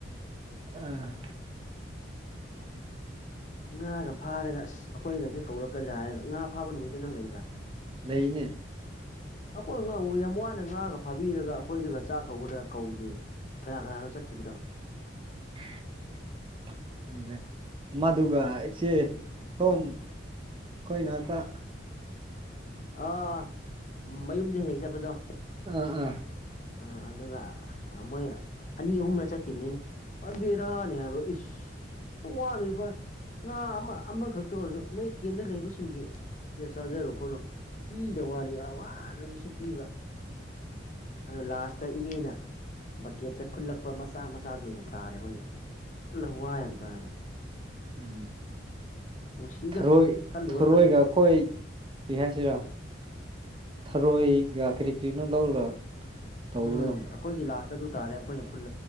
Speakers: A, on the right (about 25°); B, on the left (about 40°).
A: ꯑꯝ
B: ꯉꯥꯒ ꯐꯥꯔꯒ ꯑꯁ ꯑꯩꯈꯣꯏꯒꯁꯦ ꯀꯧꯔꯛꯀꯗ꯭ꯔꯥ ꯍꯥꯏꯔꯒ ꯉꯥ ꯐꯥꯕ ꯅꯨꯃꯤꯠꯇꯨ ꯅꯪ ꯂꯩꯕ꯭ꯔꯥ
A: ꯂꯩꯅꯦ
B: ꯑꯩꯈꯣꯏ ꯉ ꯌꯥꯝ ꯋꯥꯅ ꯉꯥꯒ ꯐꯥꯕꯤꯔꯒ ꯑꯩꯈꯣꯏꯗꯒ ꯆꯥꯛ ꯀꯧꯒꯗ꯭ꯔꯒ ꯀꯧꯗꯦꯕ ꯀꯅꯥ ꯀꯅꯥꯅꯣ ꯆꯠꯈꯤꯕꯗꯣ
A: <unintelligible> <unintelligible> ꯃꯗꯨꯒ ꯏꯆꯦ ꯁꯣꯝ ꯑꯩꯈꯣꯏ ꯅꯛꯇ
B: ꯑꯥ ꯃꯌꯨꯝꯗ ꯍꯦꯛ ꯆꯠꯄꯗꯣ
A: ꯑꯥ ꯑꯥ
B: ꯑ ꯑꯗꯨꯒ ꯃꯣꯏ ꯑꯅꯤ ꯑꯍꯨꯝꯔ ꯆꯠꯈꯤꯕꯅꯤꯅꯦ ꯑꯥ ꯕꯦꯔꯥꯅꯦ ꯍꯥꯏꯕ ꯏꯁ ꯋꯥꯅꯁꯨ ꯐꯥꯏ ꯉꯥ ꯑꯃ ꯑꯃꯈꯛꯇ ꯑꯣꯏꯔꯁꯨ ꯅꯣꯏ ꯀꯦꯝꯗ ꯂꯩꯕꯁꯤꯡꯒꯤ ꯆꯥꯖꯔꯣ ꯈꯣꯠꯂꯣ ꯄꯤꯗꯕ ꯋꯥꯅꯤ ꯌꯥꯝ ꯋꯥꯅꯁꯨ ꯁꯤꯠꯄꯤꯕ ꯑꯗꯨꯒ ꯂꯥꯁꯇ ꯏꯅꯦꯅ ꯕꯛꯀꯦꯠꯇ ꯈꯨꯜꯂꯛꯄ ꯃꯆꯥ ꯃꯆꯥꯗꯨ ꯑꯣꯏꯅ ꯇꯥꯔꯦ ꯑꯩꯈꯣꯏꯒꯤ ꯄꯨꯔ ꯂꯧꯋꯥꯏ ꯌꯥꯝ ꯇꯥꯏꯕ
A: ꯎꯝ
B: ꯅꯨꯡꯁꯤꯗ
A: ꯊꯔꯣꯏ
B: ꯈꯜꯂꯨꯔꯒ
A: ꯊꯔꯣꯏꯒ ꯑꯩꯈꯣꯏ ꯀ꯭ꯔꯤ ꯍꯥꯏꯁꯤꯔꯥ ꯊꯔꯣꯏꯒ ꯀ꯭ꯔꯤ ꯀ꯭ꯔꯤꯅꯣ ꯂꯧꯔꯒ ꯇꯧꯕꯗꯣ
B: ꯎꯝ ꯑꯩꯈꯣꯏꯒꯤ ꯂꯥꯁꯇ ꯑꯗꯨ ꯇꯥꯔꯦ ꯑꯩꯈꯣꯏꯅ ꯈꯨꯜ